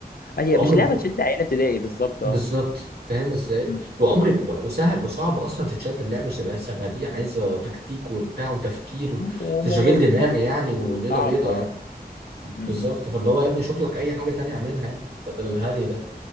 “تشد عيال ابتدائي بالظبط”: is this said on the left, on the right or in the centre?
Left